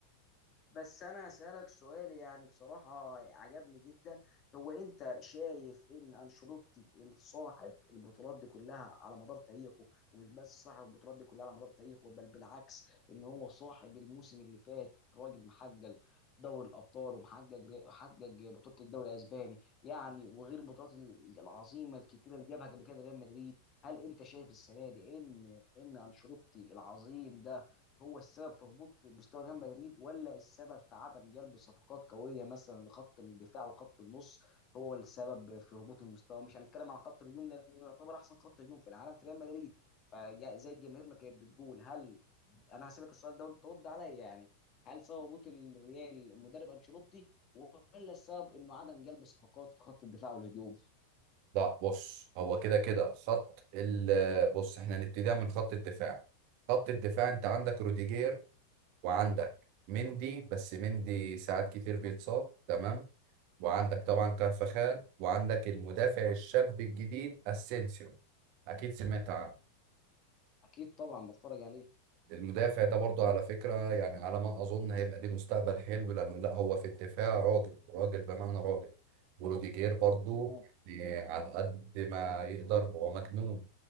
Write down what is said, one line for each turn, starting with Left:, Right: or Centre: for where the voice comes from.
Left: بس انا هسألك سؤال يعني بصراحة عجبني جدا هو انت شايف ان انشيلوتي صاحب البطولات دي كلها على مدار تاريخه ومش بس صاحب البطولات دي كلها على مدار تاريخه بل بالعكس ان هو صاحب الموسم اللي فات راجل محقق دوري الابطال ومحقق حقق بطولة الدوري الاسباني يعني وغير البطولات ال- العظيمة الكتيرة اللي جابها قبل كده ريال مدريد هل انت شايف السنة دي ان ان انشيلوتي العظيم ده هو السبب في هبوط مستوى ريال مدريد ولا السبب في عدم جلب صفقات قويه مثلا لخط الدفاع وخط النص هو السبب في هبوط المستوى مش هنتكلم عن خط الهجوم لانه يعتبر احسن خط هجوم في العالم في ريال مدريد فزي الجماهير ما كانت بتقول هل انا هسالك السؤال ده وانت رد عليا يعني هل سبب هبوط الريال المدرب انشيلوتي ولا السبب انه عدم جلب صفقات في خط الدفاع والهجوم؟
Right: لا بص هو كده كده خط ال بص احنا هنبتديها من خط الدفاع خط الدفاع انت عندك روديجير وعندك مندي بس مندي ساعات كتير بيتصاب تمام وعندك طبعا كارفخال وعندك المدافع الشاب الجديد اسينسيو اكيد سمعت عنه
Left: اكيد طبعا بتفرج عليه
Right: المدافع ده برضو على فكرة يعني على ما اظن هيبقى ليه مستقبل حلو لانه لا هو في الدفاع راجل راجل بمعنى راجل وروديجير برضو
Left: تمام
Right: يعني على قد ما يقدر هو مجنون